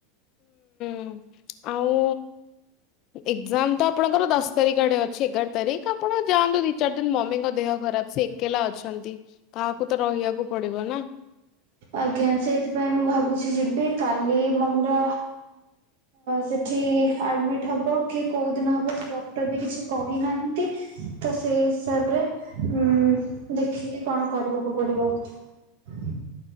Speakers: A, on the left (about 45°); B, on the right (about 70°).
A: ହ ଆଉ ଏଗଯାମ୍ ତ ଆପଣଙ୍କର ଦଶ ତାରିଖ ଆଡେ ଅଛି ଏଗାର ତାରିଖ ଆପଣ ଯାଆନ୍ତୁ ଦି ଚାରି ଦିନ ମମିଙ୍କ ଦେହ ଖରାପ ସେ ଏକେଲା ଅଛନ୍ତି କାହାକୁ ତ ରହିବାକୁ ପଡିବ ନା?
B: ଆଜ୍ଞା ସେଇଥିପାଇଁ ମୁଁ ଭାବୁଛି ଯିବି କାଲି ମମିର ସେଠି ଆଡମିଟ ହବ କି କୋଉ ଦିନ ହବ ସେ ଡକ୍ଟର ବି କିଛି କହିନାହାନ୍ତି ତ ସେଇ ହିସାବରେ ଉଁ ଦେଖିକି କଣ କରିବାକୁ ପଡିବ। ହ।